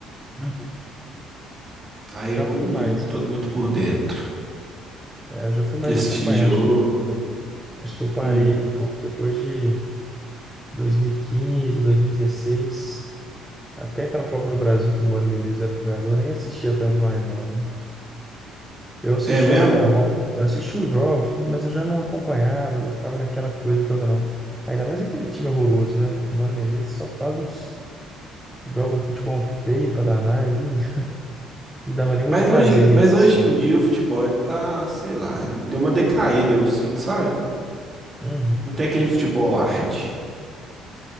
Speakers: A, in the centre; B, on the right.
A: Uhum.
B: Aí
A: Eu já
B: eu não,
A: fui mais,
B: não tô
A: viu?
B: muito por dentro
A: É, eu já fui mais
B: de assistir
A: de acompanhar.
B: jogo.
A: Acho que eu, acho que eu parei
B: Hum,
A: ali um pouco depois de 2015, 2016. Até aquela Copa do Brasil que o Mano Menezes era treinador, eu nem assistia tanto mais, não. né? Eu assistia,
B: é mesmo?
A: ah, eu eu assistia os jogos, tudo, mas eu já não acompanhava, eu não ficava naquela coisa toda, não. Ainda mais aquele time horroroso, né? O Mano Menezes só faz uns, joga um futebol feio pra danar e <laughs> não dava nem
B: Mas
A: muito prazer
B: hoje, em-
A: em
B: mas
A: assistir.
B: hoje em dia o futebol, ele tá, sei lá, ele deu uma decaída, eu sinto, sabe?
A: Uhum.
B: Não tem aquele futebol arte.